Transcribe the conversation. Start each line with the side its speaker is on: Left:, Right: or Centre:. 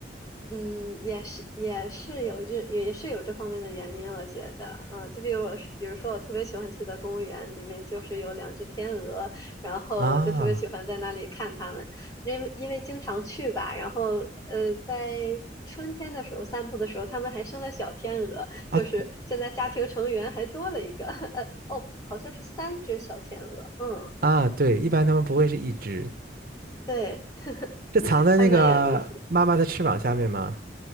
Left: 嗯，也是也是有这也是有这方面的原因，我觉得，嗯，就比如我是，比如说我特别喜欢去的公园里面就是有两只天鹅，然后我就特别喜欢在那里看它们，
Right: 啊
Left: 因为因为经常去吧，然后呃，在春天的时候散步的时候，它们还生了小天鹅，
Right: 啊
Left: 就是现在家庭成员还多了一个，<laughs> 呃，哦，好像是三只小天鹅，嗯，
Right: 啊，对，一般他们不会是一只，
Left: 对，
Right: 是藏在那个妈妈的翅膀下面吗？
Left: <laughs> 还蛮有意思的。